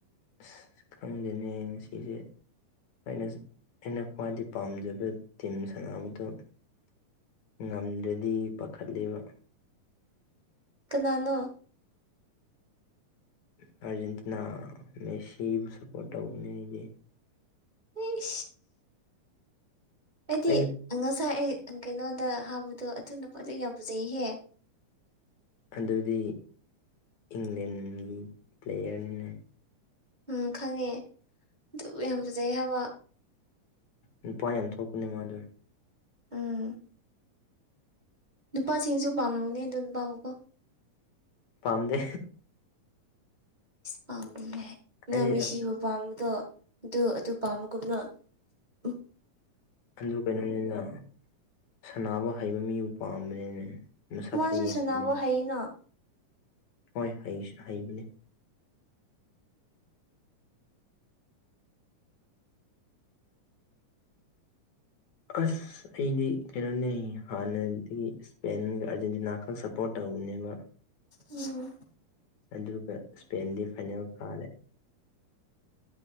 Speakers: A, on the left; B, on the right.
A: ꯑꯁ ꯈꯪꯗꯅꯦ ꯉ ꯁꯤꯁꯦ ꯑꯩꯅ ꯑꯩꯅ ꯈ꯭ꯋꯥꯏꯗꯩ ꯄꯥꯝꯖꯕ ꯇꯤꯝ ꯁꯥꯟꯅꯕꯗꯨ ꯉꯝꯗ꯭ꯔꯗꯤ ꯄꯥꯈꯠꯂꯦꯕ
B: ꯀꯅꯥꯅꯣ
A: ꯑꯥꯔꯖꯦꯟꯇꯤꯅꯥ ꯃꯦꯁꯤꯕꯨ ꯁꯄꯣꯔꯠ ꯇꯧꯕꯅꯦ ꯑꯩꯗꯤ
B: ꯑꯦ ꯑꯩꯗꯤ
A: ꯑꯩꯅ
B: ꯉꯁꯥꯏ ꯑꯩ ꯀꯩꯅꯣꯗ ꯍꯥꯕꯗꯣ ꯑꯊꯨ ꯅꯨ ꯄꯗ ꯌꯥꯝ ꯐꯖꯩꯍꯦ
A: ꯑꯗꯨꯗꯤ ꯏꯪꯂꯦꯟꯒꯤ ꯄ꯭ꯂꯦꯌꯔꯅꯤꯅꯦ
B: ꯎꯝ ꯈꯪꯉꯦ ꯑꯗꯨꯕꯨ ꯌꯥꯝ ꯐꯖꯩ ꯍꯥꯏꯕ
A: ꯅꯨꯄꯥ ꯌꯥꯝ ꯊꯣꯛꯄꯅꯦ ꯃꯥꯗ
B: ꯎꯝ ꯅꯨꯄꯥꯁꯤꯡꯁꯨ ꯄꯥꯝꯅꯧꯅꯦ ꯑꯗꯣ ꯅꯨꯄꯥꯕꯨꯀꯣ
A: ꯄꯥꯝꯗꯦ
B: ꯄꯝ ꯍꯥꯏ
A: ꯍꯥꯏꯗꯤ
B: ꯅꯪ ꯃꯤ ꯁꯤꯕꯨ ꯄꯥꯝꯕꯗꯣ ꯑꯗꯨ ꯑꯗꯨ ꯄꯥꯝꯃꯒꯨꯝꯅꯣ ꯎ
A: ꯑꯗꯨ ꯀꯩꯅꯣꯅꯤꯅ ꯁꯅꯕ ꯍꯩꯕ ꯃꯤꯕꯨ ꯄꯥꯝꯕꯅꯤꯅꯦ ꯃꯁꯛꯇ
B: ꯃꯣꯏꯁꯨ
A: ꯌꯦꯡꯕꯅꯦ
B: ꯁꯅꯕ ꯍꯥꯏ ꯅ
A: ꯍꯣꯏ ꯍ ꯍꯩꯕꯅꯦ ꯑꯁ ꯑꯩꯗꯤ ꯀꯩꯅꯣꯅꯦ ꯍꯥꯟꯅꯗꯒꯤ ꯏꯁꯄꯦꯟꯒ ꯑꯥꯔꯖꯦꯟꯇꯤꯅꯥ ꯈꯛ ꯁꯞꯄꯣꯔꯠ ꯇꯧꯕꯅꯦꯕ
B: ꯎꯝ꯫
A: ꯑꯗꯨꯒ ꯏꯁꯄꯦꯟꯗꯤ ꯐꯥꯏꯅꯦꯜ ꯐꯥꯔꯦ